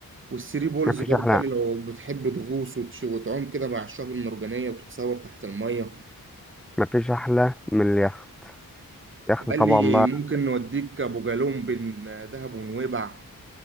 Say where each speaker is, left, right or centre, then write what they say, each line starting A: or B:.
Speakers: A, on the right; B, in the centre.
A: والثري بولز
B: مفيش
A: برضو
B: احلى
A: قال لي لو بتحب تغوص وتش- وتعوم كده مع الشعاب المرجانية وتتصور تحت المية
B: مفيش احلى من اليخت اليخت
A: وقال
B: طبعا
A: لي
B: بقى
A: ممكن نوديك ابو جالوم بين آه، دهب ونويبع